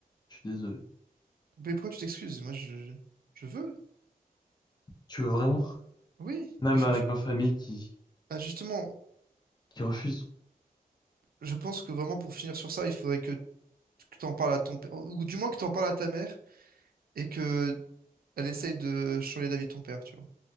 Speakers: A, on the left; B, on the right.
A: Je suis désolé.
B: mais pourquoi tu t'excuses? Moi, je, je veux.
A: Tu veux vraiment?
B: Oui,
A: Même
B: il faut,
A: avec
B: faut-
A: ma famille qui,
B: bah, justement,
A: qui refuse.
B: je pense que vraiment pour finir sur ça, il faudrait que, que tu en parles à ton père, ou du moins que tu en parles à ta mère, et que Elle essaye de changer d'avis de ton père, tu vois.